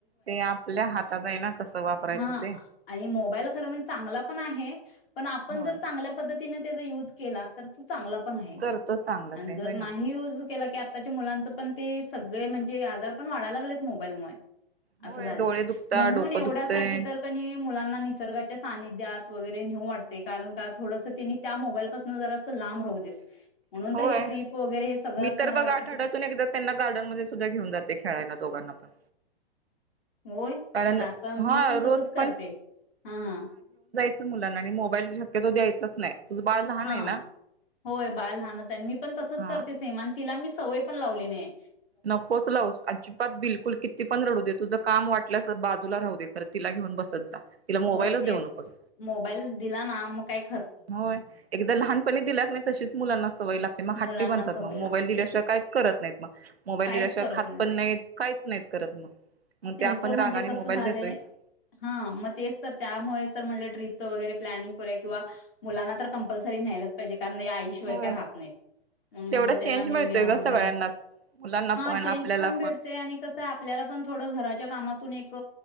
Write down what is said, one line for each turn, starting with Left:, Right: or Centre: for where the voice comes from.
Right: ते आपल्या हातात हाय ना कसं वापरायचं
Left: हां
Right: ते.
Left: आणि मोबाईल खर म्हणज चांगला पण आहे पण आपण
Right: होय
Left: जर चांगल्या पद्ध तिनं त्याचा युज केला तर तु चांगला पण आहे
Right: तर तो चांगलाच
Left: आन
Right: आहे
Left: जर
Right: होय
Left: नाही
Right: ना
Left: युज केला कि आत्ताच्या मुलांच पण तेच सगळे म्हणजे आजार पण वाढाय लागलेत मोबाईलमुळे. असं
Right: होय
Left: झालय.
Right: डोळे दुखता
Left: म्हणून
Right: डोकं
Left: एवढ्यासाठी
Right: दुखतय
Left: तर क नई मुलांना निसर्गाच्या सानिध्यात वगैरे निहू वाटतय कारण का थोडस तेनी त्या मोबाईल पासन जरा लांब राहू देत. म्हणून
Right: होय.
Left: तर हे ट्रिप वगैरे हे सगळं
Right: मी
Left: असं
Right: तर
Left: मला
Right: बघ
Left: वाटतं
Right: आठवड्यातून
Left: की
Right: एकदा त्यांना गार्डनमध्ये सुद्धा घेऊन जाते खेळायला दोघांना. <inaudible>
Left: होय?
Right: कारण
Left: अ आता मी
Right: हा
Left: पण
Right: रोज
Left: तसच करते. हा हा.
Right: अस मुलांना आणि मोबाईल शक्यतो द्यायचाच नाय. तुझं बाळ लहान
Left: हां.
Right: हाय ना?
Left: होय, बाळ लहानच हाय आन मी पण तसच
Right: हा
Left: करते सेम आन ती तिला मी सवय पण लावली नीये.
Right: नकोच लावुस अजिबात बिलकुल किती पण रडू दे तुझं काम वाटल्यास बाजू बाजूला राहू दे, खर तिला घेऊन बसत जा तिला मोबाईलच
Left: होय ते
Right: देऊ नकोस
Left: मोबाईल दिला ना म काय
Right: होय एकदा लहानपणी दिलात नाही तशीच मुलांना सवय लागते मग हाट्टी
Left: मुलांना
Right: बनतात
Left: सवय
Right: मग मोबाईल
Left: लागते.
Right: दिल्याशिवाय काहीच करत नाहीत मग मोबाईल
Left: काहीच
Right: दिल्याशिवाय
Left: करत
Right: खात पण नाहीत काहीच नाहीत करत मग मग
Left: त्यांचं
Right: ते आपण
Left: म्हणजे
Right: राग आणि
Left: कसं
Right: मोबाईल
Left: झालंय
Right: देतोयच
Left: हां, मग तेच तर त्यामुळेच तर म्हटलं ट्रिपचं वगैरे प्लॅनिंग करूया किंवा मुलांना तर कम्पल्सरी न्यायलाच पाहिजे. कारण हे आईशिवाय
Right: होय
Left: काय राहत नाहीत, म्हणून म्हणल
Right: तेवढा
Left: त्यांना
Right: चेंज
Left: नेऊया
Right: मिळतोय ग
Left: वगैरे
Right: सगळ्यांनाच मुलांना
Left: हा
Right: पण
Left: चेंज
Right: आपल्याला
Left: पण भेटतोय आणि कस आप आपल्याला पण थोडं घराच्या कामातून एक